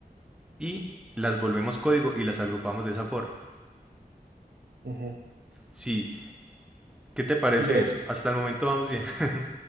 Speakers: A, in the centre; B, on the right.
A: y las volvemos código y las agrupamos de esa forma.
B: ujú.
A: Sí, ¿qué te parece
B: Sí, mira,
A: eso? Hasta el momento vamos bien. <laughs>